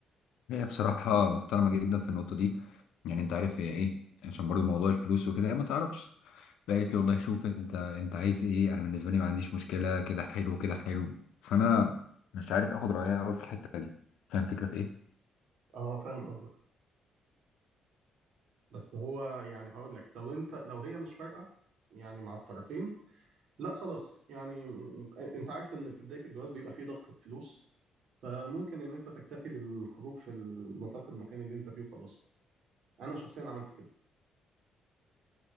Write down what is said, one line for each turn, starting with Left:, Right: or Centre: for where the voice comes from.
Left: هي بصراحة محترمة جدا في النقطة دي يعني انت عارف هي ايه عشان برضو موضوع الفلوس وكده هي ما تعرفش فقالت لي والله شوف انت انت عايز ايه انا بالنسبة لي ما عنديش مشكلة كده حلو كده حلو فانا مش عارف اخد رأيها قوي في الحتة دي كان فكرة في ايه
Right: اه فاهم قصدك بس هو يعني هقول لك لو انت لو هي مش فارقه يعني مع الطرفين لا خلاص يعني انت انت عارف ان في بدايه الجواز بيبقى فيه ضغط فلوس فممكن ان انت تكتفي بالخروج في النطاق المكاني اللي انت فيه وخلاص انا شخصيا عملت كده